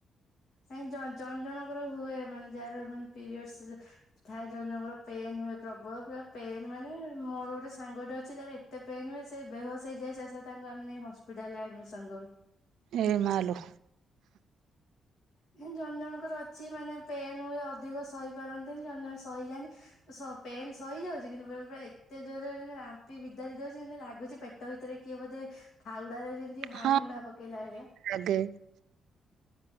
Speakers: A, on the left; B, on the right.
A: କାଇ ଜଣ ଜଣଙ୍କର ହୁଏ ମାନେ ଯାହାର ମାନେ ପିରିୟଡରେ ଥାଏ ଜଣ ଜଣଙ୍କର ପେନ୍ ହୁଏ ପ୍ରବଳ ପୁରା ପେନ୍ ମାନେ ମୋର ଗୋଟେ ସାଙ୍ଗଟେ ଅଛି ତାର କେତେ ପେନ ହୁଏ ସେ ବେହସ ହେଇଯାଏ ସେଶରେ ତାଙ୍କୁ ଆମେ ନେଇ ହସ୍ପିଟାଲରେ ଆଡମିସନ କରୁ।
B: ଏ ମାଲୋ
A: ଏମିତି ଜଣ ଜଣଙ୍କର ଅଛି ମାନେ ପେନ୍ ହୁଏ ଅଧିକ ସହି ପାରନ୍ତି ଜଣ ଜଣେ ସହିଯାଆନ୍ତି ତ ସ ପେନ୍ ସହିଯାଉଛି କିନ୍ତୁ ବେଳେବେଳେ ଏତେ ଜୋରରେ ରାମ୍ପି ବିଦାରି ଦଉଛି ଏମିତି ଲାଗୁଛି ଯେ ପେ ଟ ଭିତରେ କିଏ ବୋଧେ ଫାଉଡାରେ ଯେମିତି ହାଣି
B: ହଁ
A: ହୁଣା ପକେଇଲା ଭଳିଆ।
B: ଲାଗେ